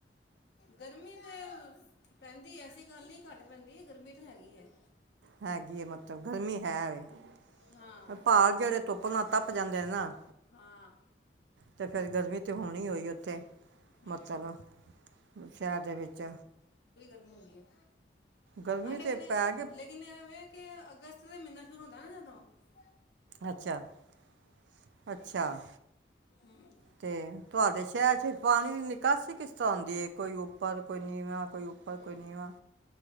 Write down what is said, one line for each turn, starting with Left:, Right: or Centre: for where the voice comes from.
Left: ਗਰਮੀ ਤੇ ਪੈਂਦੀ ਐਸੀ ਗੱਲ ਨਹੀਂ ਘੱਟ ਪੈਂਦੀ ਹੈ, ਗਰਮੀ ਤਾਂ ਹੈਗੀ ਹੈ।
Right: ਹੈਗੀ ਐਂ, ਮਤਲਬ ਗਰਮੀ ਹੈ ਵ,
Left: ਹਾਂ
Right: ਪਹਾੜ ਜਿਹੜੇ ਧੁੱਪ ਤ ਜਾਂਦੇ ਨੇ ਨਾ।
Left: ਹਾਂ।
Right: ਤੇ ਫੇਰ ਗਰਮੀ ਤੇ ਹੋਣੀ ਹੋਈ, ਉੱਥੇ।
Left: ਹੂੰ
Right: ਮਤਲਬ, ਸ਼ਹਿਰ ਦੇ ਵਿੱਚ।
Left: ਮਿਲਦੀ ਹੈ।
Right: ਗਰਮੀ
Left: ਹਾਂ ਲੇਕਿਨ-
Right: ਤਾਂ ਪੈ ਗਈ
Left: ਲੇਕਿਨ ਏ ਵੇ ਕਿ ਅਗਸਤ ਦਾ ਮਹੀਨਾ ਸ਼ੁਰੂ ਹੁੰਦਾ ਨਾ ਜਦੋਂ। ਹ
Right: ਅੱਛਾ-ਅੱਛਾ।
Left: ਹੂੰ
Right: ਤੇ ਤੁਹਾਡੇ ਸ਼ਹਿਰ ਚ ਪਾਣੀ ਵੀ ਨਿੱਕਾ ਕਿਸ ਤਰ੍ਹਾਂ ਹੁੰਦੀ ਏ, ਕੋਈ ਉੱਪਰ, ਕੋਈ ਨੀਵਾਂ। ਕੋਈ ਉੱਪਰ, ਕੋਈ
Left: ਹੂੰ
Right: ਨੀਵਾਂ